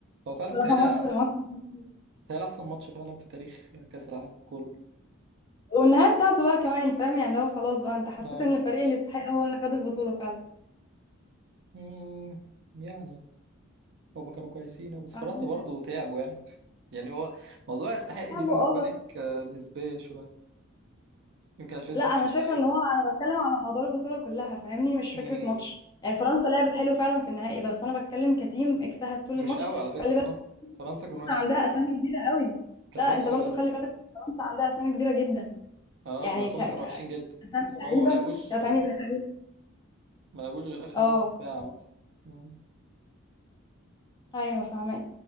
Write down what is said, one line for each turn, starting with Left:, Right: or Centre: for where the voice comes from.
Right: هو فعلا
Left: بصراحة
Right: بيتهيألي
Left: ماتش ماتش
Right: أحسن
Left: كبير.
Right: بيتهيألي أحسن ماتش فعلا في تاريخ كأس العالم كله
Left: والنهاية بتاعته بقى كمان فاهم يعني لو خلاص بقى انت حسيت
Right: اه
Left: ان الفريق اللي يستحق هو اللي خد البطولة فعلا
Right: مم. يعني هما كانوا كويسين آه، بس
Left: انا
Right: فرنسا
Left: شايفة
Right: برضو تعبوا يعني يعني هو موضوع يستحق
Left: لعبه
Right: دي بالنسبة
Left: اه بس
Right: لك آه، نسبية شوية يمكن عشان
Left: لا
Right: انت
Left: انا
Right: بتشجعيهم
Left: شايفة ان هو انا بتكلم على مدار البطولة كلها فاهمني مش
Right: امم
Left: فكرة ماتش يعني فرنسا لعبت حلو فعلا في النهائي بس انا بتكلم كتيم اجتهد طول
Right: مش
Left: الماتش
Right: قوي على فكرة
Left: خلي
Right: فرنسا
Left: بالك
Right: فرنسا كانت
Left: فرنسا
Right: وحشة
Left: عندها
Right: جدا
Left: اسامي كبيرة قوي
Right: كانت
Left: لا
Right: وحشة
Left: انت برضو
Right: جدا
Left: خلي بالك فرنسا عندها اسامي كبيرة جدا
Right: اه
Left: يعني
Right: بس
Left: ك
Right: هما
Left: ك
Right: كانوا وحشين جدا
Left: اسامي
Right: يعني
Left: لعيبة
Right: هما ما لعبوش
Left: كاسامي
Right: آه،
Left: لعيبة
Right: ما لعبوش غير آخر
Left: اه
Right: نص ساعة مثلا مم.
Left: ايوه فاهمة